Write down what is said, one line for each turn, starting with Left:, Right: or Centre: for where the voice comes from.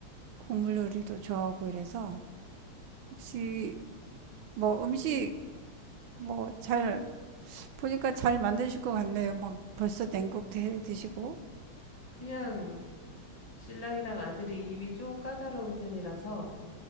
Right: 국물 요리도 좋아하고 이래서 혹시 뭐 음식 뭐 잘 보니까 잘 만드실 것 같네요. 막 벌써 냉국 드- 드시고.
Left: 그냥 신랑이랑 아들이 입이 좀 까다로운 편이라서